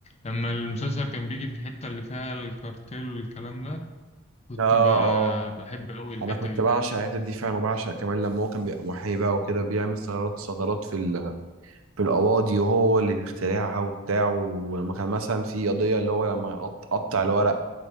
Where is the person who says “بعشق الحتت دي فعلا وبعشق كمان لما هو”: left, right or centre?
Right